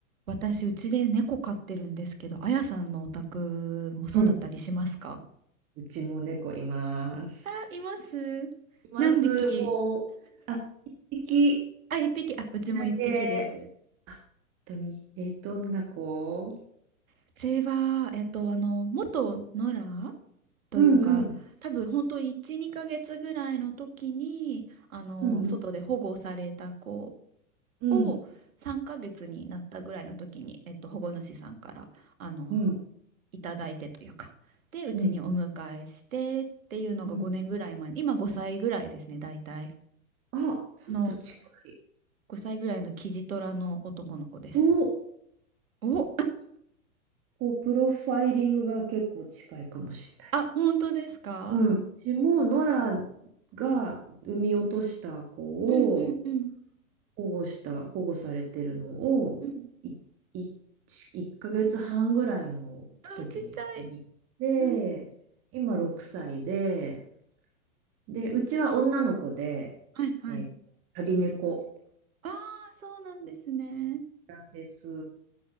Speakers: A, on the right; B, on the right.
A: 私、うちで猫飼ってるんですけど、あやさんのお宅もそうだったりしますか
B: うん。うちも猫います。
A: あ、います。
B: います。
A: 何匹
B: もう、あ、一匹
A: あ、一匹。あ、うちも一匹です。
B: だけ。あ本当に。えーどんな子
A: うちは、えっと、あの、元野良というか、
B: うんうん。
A: 多分本当1、2ヶ月ぐらいの時に、あの、
B: うんうん
A: 外で保護された子
B: うん、
A: を3ヶ月になったぐらいの時に、えっと、保護主さんから、あの、
B: うん、
A: いただいてというかでうちにお迎えしてっていうのが5年ぐらい前今5歳ぐらいですね大体
B: うん。うんあ、ちょっと近い。
A: の5歳ぐらいのキジトラの男の子です
B: お、
A: お
B: こう、プロファイリングが結構近いかもしれない。
A: <laughs> あ本当ですか
B: うん。うちも、ノラが産み落とした子を、
A: うんうんうん
B: 保護した、保護されてるのを、
A: うん
B: い、い、1ヶ月半ぐらいの時にうちに来て、
A: あーちっちゃいうん
B: 今6歳で、で、うちは女の子で、
A: はいはい
B: えー旅猫
A: あーそうなんですね
B: なんです。